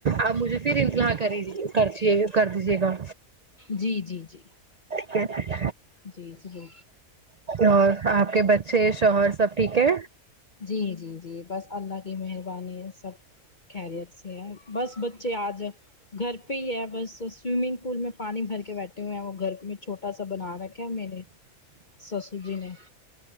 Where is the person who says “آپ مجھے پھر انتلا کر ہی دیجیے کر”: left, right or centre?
Right